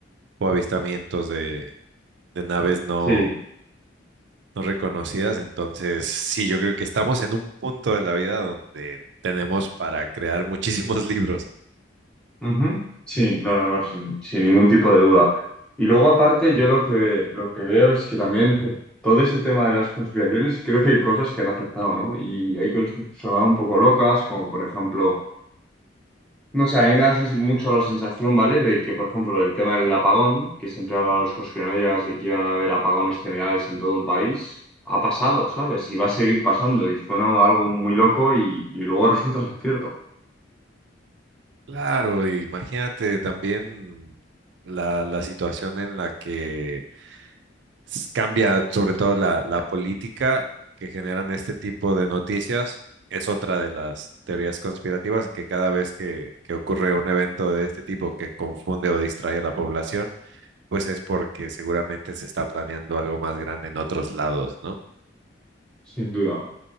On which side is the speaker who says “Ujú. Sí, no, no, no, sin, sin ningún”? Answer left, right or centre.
Centre